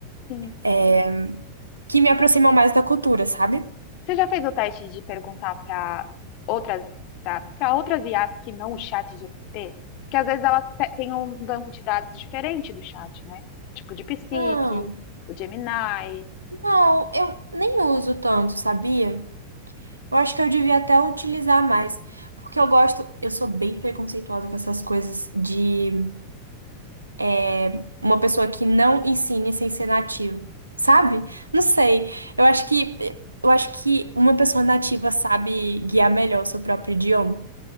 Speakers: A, on the left; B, on the right.
A: Sim.
B: é, que me aproximam mais da cultura, sabe?
A: Você já fez o teste de perguntar para outras para outras IAs que não o chat GPT? Que às vezes elas pe- têm um banco de dados diferente do chat, né? Tipo de DeepSeek,
B: Ah,
A: o Gemini.
B: não, eu nem uso tanto, sabia? Eu acho que eu devia até utilizar mais, porque eu gosto, eu sou bem preconceituosa com essas coisas de é, uma pessoa que não ensine sem ser nativo, sabe? Não sei. Eu acho que eu acho que uma pessoa nativa sabe guiar melhor o seu próprio idioma.